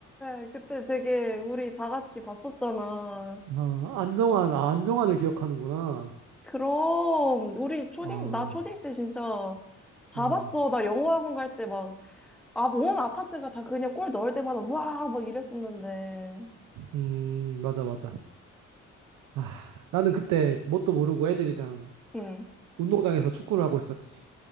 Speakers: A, in the centre; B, on the right.
A: 왜? 그때 되게 우리 다 같이 봤었잖아.
B: 아, 안정환, 아, 안정환을 기억하는구나.
A: 그럼, 우리 초딩,
B: 어,
A: 나 초딩 때 진짜 다
B: 음,
A: 봤어. 나 영어학원 갈 때 막, 아, 온 아파트가 다 그냥 골 넣을 때마다 와! 막 이랬었는데.
B: 음, 맞아, 맞아. 아, 나는 그때 뭣도 모르고 애들이랑
A: 응.
B: 운동장에서 축구를 하고 있었지.